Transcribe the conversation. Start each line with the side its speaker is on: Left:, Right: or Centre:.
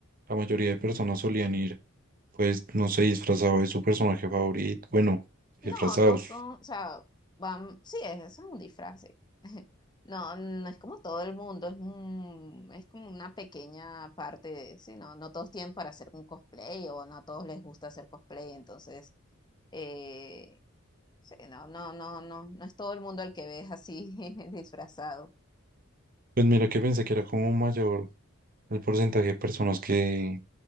Right: la mayoría de personas solían ir, pues, no sé, disfrazado de su personaje favorito. Bueno,
Left: No,
Right: disfrazados.
Left: no son, o sea, van, sí, es, es un disfraz, sí. <laughs> No, no es como todo el mundo, es un- es como una pequeña parte de, sí, no, no todos tienen para hacer un cosplay o no a todos les gusta hacer cosplay, entonces, eh, sí, no, no, no, no, no es todo el mundo el que ves así <laughs> disfrazado.
Right: Pues mira que pensé que era como mayor el porcentaje de personas que,